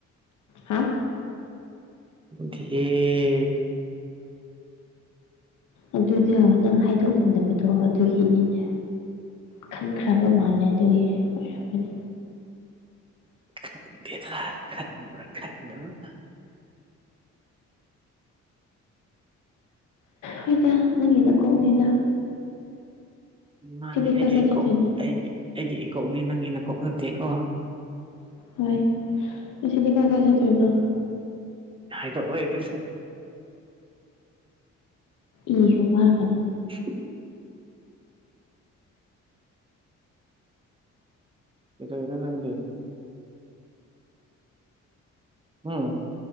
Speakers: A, on the left; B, on the right.
A: ꯍꯥ
B: ꯊꯦ
A: ꯑꯗꯨꯗꯣ ꯅꯪ ꯍꯥꯏꯗꯣꯛꯅꯤꯡꯗꯕꯗꯣ ꯑꯗꯨꯒꯤꯅꯤꯅꯦ ꯈꯟꯈ꯭ꯔꯕ ꯃꯥꯜꯂꯦ ꯑꯗꯨꯒꯤ ꯑꯣꯏꯔꯝꯒꯅꯤ
B: ꯈꯪꯗꯦꯗ ꯈꯟꯕꯔ ꯈꯟꯗꯕꯔ
A: ꯍꯣꯏꯗ ꯅꯪꯒꯤꯅ ꯀꯣꯛꯅꯦꯗ
B: ꯃꯥꯅꯦ
A: ꯀꯥꯏ
B: ꯑꯩꯒꯤ
A: ꯀꯥꯏ
B: ꯏꯀꯣꯛ
A: ꯆꯠꯇꯣꯏꯅꯣ
B: ꯑꯩꯒꯤ ꯑꯩꯒꯤ ꯏꯀꯣꯛꯅꯤ ꯅꯪꯒꯤ ꯅꯀꯣꯛ ꯅꯠꯇꯦꯀꯣ
A: ꯍꯣꯏ ꯃꯁꯤꯗꯤ ꯀꯥꯏ ꯀꯥꯏ ꯆꯠꯇꯣꯏꯅꯣ
B: ꯍꯥꯏꯗꯣꯛꯑꯣ ꯑꯗꯨꯁꯨ
A: ꯏꯁꯨꯝ ꯀꯥꯔꯛꯀꯅꯤ
B: ꯎ ꯀꯩꯗꯧꯏꯅꯣ ꯅꯪꯗꯤ ꯎꯝ